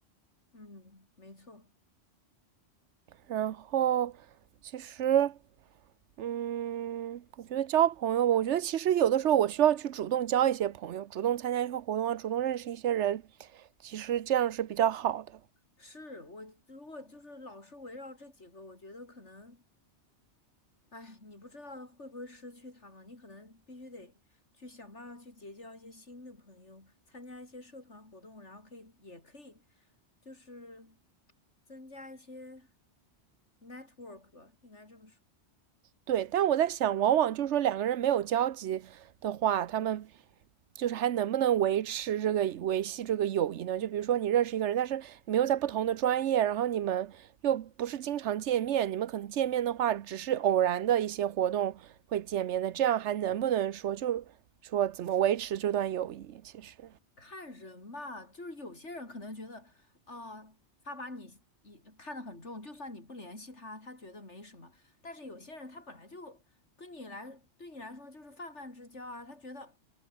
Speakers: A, on the left (about 80°); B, on the right (about 80°).
A: 嗯，没错，
B: 然后，其实，嗯，我觉得交朋友，我觉得其实有的时候我需要去主动交一些朋友，主动参加一些活动啊，主动认识一些人，其实这样是比较好的。
A: 是我如果就是老是围绕这几个，我觉得可能，哎，你不知道会不会失去他们，你可能必须得去想办法去结交一些新的朋友，参加一些社团活动，然后可以也可以就是增加一些 network 吧，应该这么说。
B: 对，但我在想，往往就是说两个人没有交集的话，他们就是还能不能维持这个维系这个友谊呢？就比如说你认识一个人，但是你们又在不同的专业，然后你们又不是经常见面，你们可能见面的话，只是偶然的一些活动会见面的，这样还能不能说就说怎么维持这段友谊？其实，
A: 看人吧，就是有些人可能觉得，呃，他把你一看得很重，就算你不联系他，他觉得没什么。但是有些人他本来就跟你来，对你来说就是泛泛之交啊，他觉得